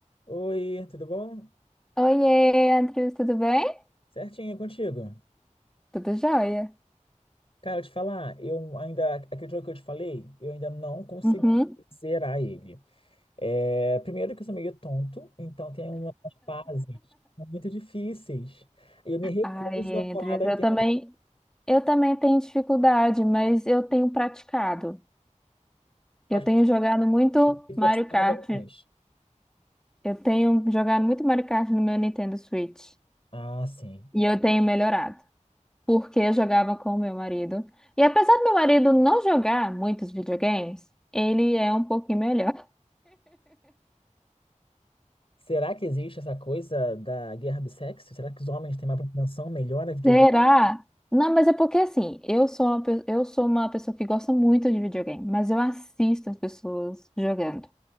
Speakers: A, on the left (about 45°); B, in the centre.
A: Oi, tudo bom?
B: Oiê, Andrews, tudo bem?
A: Certinho, e contigo?
B: Tudo jóia.
A: Cara, eu te falar, eu ainda, aquele jogo que eu te falei, eu ainda não consegui
B: Uhum.
A: zerar ele. É, primeiro que eu sou meio tonto, então tem umas fases muito difíceis. E eu me recuso
B: Ai,
A: a colar
B: Andrews,
A: da
B: eu
A: internet,
B: também, eu também tenho dificuldade, mas eu tenho praticado.
A: mas
B: Eu tenho jogado muito
A: me forçado
B: Mario Kart.
A: a jogar mais.
B: Eu tenho jogado muito Mario Kart no meu Nintendo Switch.
A: Ah, sim.
B: E eu tenho melhorado, porque eu jogava com o meu marido. E apesar do meu marido não jogar muitos videogames, ele é um pouquinho melhor.
A: Será que existe essa coisa da guerra do sexo? Será que os homens têm mais propensão, melhor a videogame?
B: Será? Não, mas é porque assim, eu sou uma, pe- eu sou uma pessoa que gosta muito de videogame, mas eu assisto as pessoas jogando.